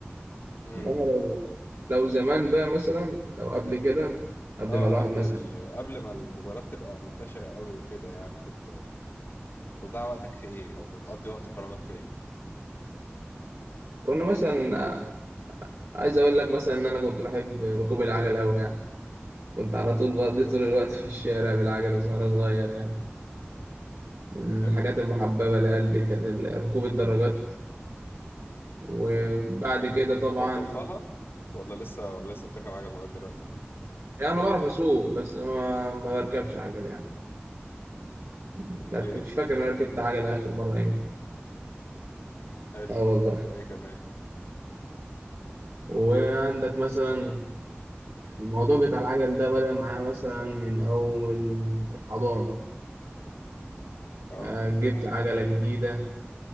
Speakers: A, on the left; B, on the right.
A: امم
B: إنما لو لو زمان بقى مثلا لو قبل كده قبل
A: اه
B: ما الواحد
A: قبل
B: مثلا
A: ال... قبل ما الموبايلات تبقى منتشره قوي وكده يعني كنت بتضيع وقتك في ايه او بتقضي وقت فراغك في ايه
B: كنا مثلا عايز اقول لك مثلا ان انا كنت بحب ركوب العجل قوي يعني كنت على طول بقضي طول الوقت في الشارع بالعجلة وانا صغير يعني من
A: حلو
B: الحاجات المحببة لقلبي اللي كانت ال- ركوب الدراجات وبعد كده طبعا
A: وبطلتها ولا لسه ولا لسه بتركب عجل لغايه دلوقتي
B: يعني انا بعرف اسوق بس ما, ما بركبش عجل يعني بركب
A: ايه
B: مش فاكر انا ركبت عجلة اخر مرة امتى
A: حلو
B: اه والله
A: وايه كمان
B: وعندك مثلا الموضوع بتاع العجل ده بدأ معايا مثلا من اول الحضانة
A: اه
B: آه، جبت عجلة جديدة